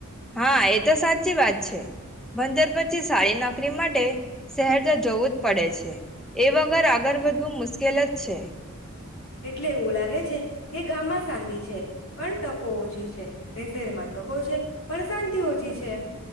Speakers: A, in the centre; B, on the left.
A: હા એ તો સાચી વાત છે ભણતર પછી સારી નોકરી માટે શહેરજ જવું જ પડે છે. એ વગર આગળ વધવું મુશ્કેલ ઉકેલ જ છે.
B: એટલે એવું લાગે છે કે ગામમાં શાંતિ છે પણ તકો ઓછી છે રે શહેરમાં તકો છે પણ શાંતિ ઓછી છે.